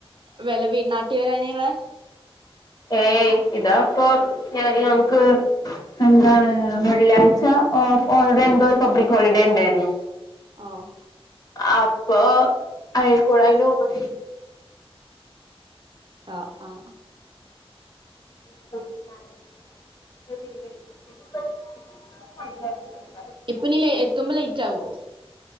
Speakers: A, on the right; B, on the left.
A: വില വ നാട്ടി വലാനളെ <unintelligible>
B: ഏയ് ഇതാപ്പൊ ഞ ഞങ്ങക്ക്- എന്താണ് വെള്ളാഴ്ച ഓള്ടെ എന്തോ ഒരു പബ്ലിക് ഹോളിഡേ ഉണ്ടായിരുന്നു
A: ഓഹ്
B: അപ്പൊ അയക്കു <unintelligible> ഴായനക്ക
A: ആഹ് ആഹ്
B: <unintelligible>
A: ഇപ്പ ഇനീ എത്തുമ്പോ ലേറ്റ് ആവുവോ